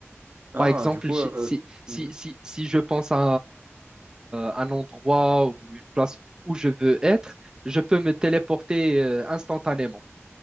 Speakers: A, on the right (about 45°); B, on the right (about 15°).
A: Ah,
B: Par exemple,
A: du coup,
B: si
A: euh,
B: si si
A: mhm.
B: si,
A: <laughs>
B: si je pense à, à un endroit ou une place où je veux être, je peux me téléporter euh, instantanément.